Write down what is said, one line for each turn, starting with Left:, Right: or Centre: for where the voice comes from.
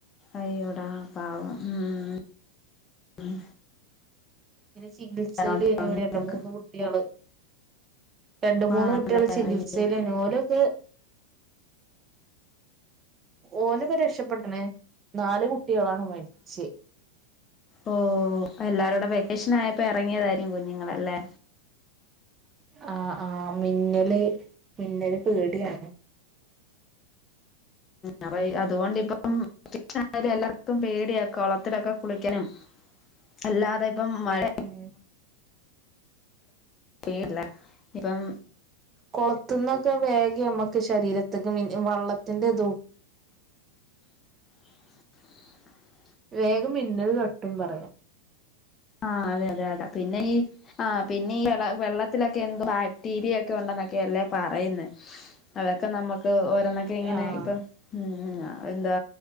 Left: അയ്യോടാ പാവം ഉം ഉം
Right: പിന്നെ ചികിത്സയിലേന്നു
Left: അപ്പം നിങ്ങക്ക്
Right: രണ്ട്മൂന്ന് കുട്ടിയാള് രണ്ട്മൂന്ന്
Left: ആണല്ലേ
Right: കുട്ട്യാള് ചികിത്സലേന്നു
Left: അയ്യോ
Right: ഓലൊക്ക് ഓലൊക്കെ രക്ഷപ്പെട്ടണേ നാല് കുട്ട്യാളാണ് മരിച്ച്
Left: ഓ എല്ലാരോടെ വെക്കേഷൻ ആയപ്പോ ഇറങ്ങിയതായിരിക്കും കുഞ്ഞുങ്ങളല്ലെ
Right: ആഹ് ആഹ് മിന്നല് മിന്നല് പേടിയാണ്
Left: അപ്പൊ അതുകൊണ്ടിപ്പം <unintelligible> എല്ലർക്കും പേടിയ കൊളത്തിലൊക്കെ കുളിക്കനും.. അല്ലാതെ ഇപ്പം മഴ
Right: അയേ
Left: <unintelligible> ഇപ്പം
Right: കൊളത്തുന്നൊക്കെ വേഗ്യ അമ്മക്ക് ശരീരത്തൊക്കെ മിൻ വെള്ളത്തിന്റെതും.
Left: സസ്..
Right: വേഗം മിന്നൽ തട്ടും പറയാ
Left: ആഹ് അതെ അതെ അത പിന്നെ ഈ ആഹ് പിന്നെ ഈ വെള്ള വെള്ളത്തിലൊക്കെ എന്തോ ബാക്ടീരിയ ക്കെ ഉണ്ടെന്നൊക്കെ അല്ലേ പറയുന്നെ, അതൊക്കെ നമ്മുക്ക് ഓരോന്നൊക്കെ ഇങ്ങനെ
Right: ആഹ്
Left: ഇപ്പം ഉം അതെന്താ